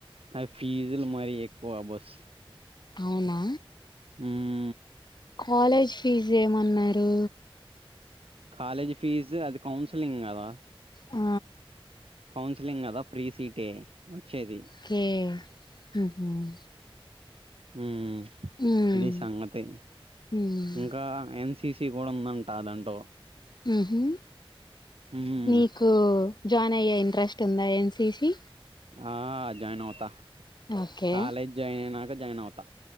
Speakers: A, on the right; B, on the left.
A: ఆ ఫీజులు మరి ఎక్కువ బస్
B: అవునా
A: ఉమ్మ్
B: కాలేజ్ ఫీజు ఏమన్నారు
A: కాలేజ్ ఫీజ్ అది కౌన్స్లింగ్ కదా
B: ఆ
A: కౌన్సిలింగ్ కదా ఫ్రీ సీటే వచ్చేది
B: కే మ్మ్ఉహ్మ్
A: ఉమ్మ్
B: ఉమ్
A: ఇది సంగతి
B: ఉమ్
A: ఇంకా ఏం సిసి కూడా ఉందంటా అ దాంట్లో
B: మ్మ్ఉహ్మ్
A: ఉమ్
B: నీకు జాయిన్ అయ్యే ఇంట్రెస్ట్ ఉందా ఎన్సిసి
A: ఆ జాయిన్ అవుతా
B: ఓకే
A: కాలేజ్ జాయిన్ అయినాక జాయిన్ అవుతా